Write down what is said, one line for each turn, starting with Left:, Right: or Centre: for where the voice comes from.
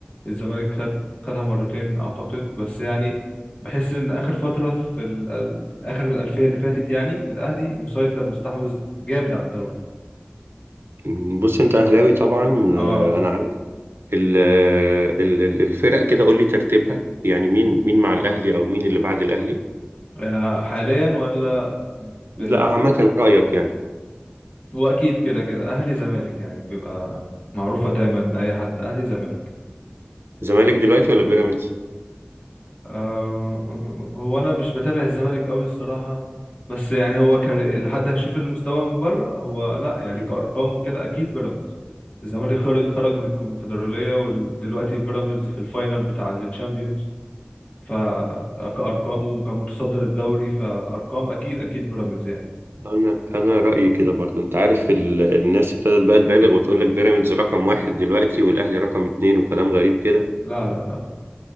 Left: الزمالك خد خدها مرتين اعتقد بس يعني بحس ان اخر فتره في, ال... ال- في اخر الالفيه اللي فاتت يعني الاهلي مسيطر مستحوذ جامد على الدوري
Right: مم. بص انت اهلاوي طبعا
Left: اه
Right: آه، انا ال- ال- ال- الفرق كده قول لي ترتيبها يعني مين مين مع الاهلي او مين اللي بعد الاهلي
Left: آه، حاليا ولا
Right: لا
Left: ب...
Right: عامه رايك يعني
Left: هو اكيد كده كده اهلي زمالك يعني بيبقى معروفه دايما لاي حد اهلي زمالك
Right: زمالك دلوقتي ولا بيراميدز
Left: آه، هو انا مش بتابع الزمالك قوي الصراحه بس يعني هو كان لحد هشوف المستوى من بره هو لا يعني
Right: مم.
Left: كارقام وكده اكيد بيراميدز الزمالك خرج خرج من الكونفدراليه ودلوقتي بيراميدز في الفاينل بتاع التشامبيونز فكارقام وكان متصدر الدوري فارقام اكيد اكيد بيراميدز يعني
Right: انا انا رايي كده برضو انت عارف ال... الناس ابتدت بقى تبالغ وتقول لك بيراميدز رقم واحد دلوقتي والاهلي رقم اتنين وكلام غريب كده
Left: لا لا لا لا.